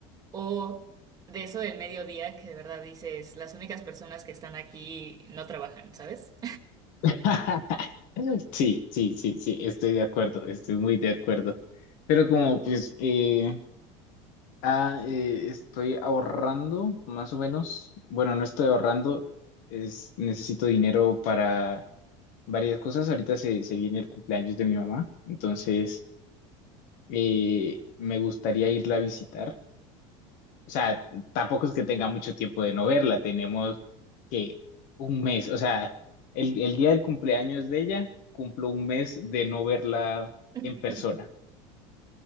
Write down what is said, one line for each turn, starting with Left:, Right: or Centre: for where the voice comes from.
Right: o de eso del mediodía que de verdad dices, las únicas personas que están aquí no trabajan, ¿sabes?
Left: <laughs> Sí, sí, sí, sí, estoy de acuerdo, estoy muy de acuerdo. Pero como pues eh, ah, eh, estoy ahorrando más o menos, bueno, no estoy ahorrando, es, necesito dinero para varias cosas. Ahorita se, se viene el cumpleaños de mi mamá, entonces eh, me gustaría irla a visitar. O sea, tampoco es que tenga mucho tiempo de no verla, tenemos que un mes, o sea, el, el día del cumpleaños de ella, cumplo un mes de no verla
Right: <laughs>
Left: en persona.